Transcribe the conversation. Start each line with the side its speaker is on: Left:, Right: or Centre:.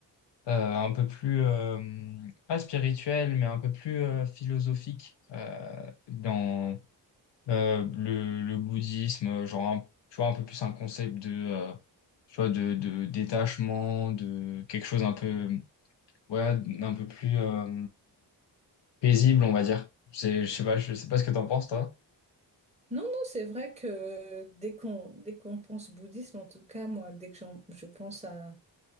Left: euh, un peu plus, euh, pas spirituelle, mais un peu plus euh, philosophique euh, dans euh, le, le bouddhisme, genre, un- tu vois, un peu plus un concept de... euh, tu vois, de, de détachement, de quelque chose un peu ouais, un peu plus euh, paisible, on va dire. C'est, je sais pas, je sais pas ce que t'en penses, toi.
Right: Non, non, c'est vrai que euh, dès qu'on dès qu'on pense bouddhisme, en tout cas, moi, dès que j'en- je pense à,